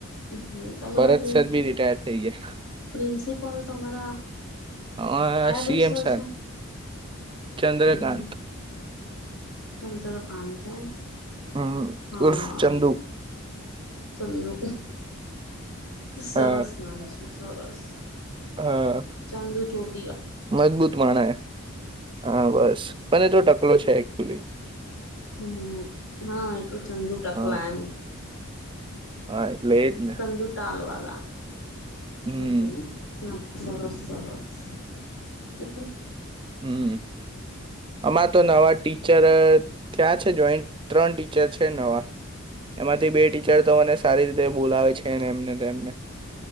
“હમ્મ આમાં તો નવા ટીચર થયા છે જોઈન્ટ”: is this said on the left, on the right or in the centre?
Right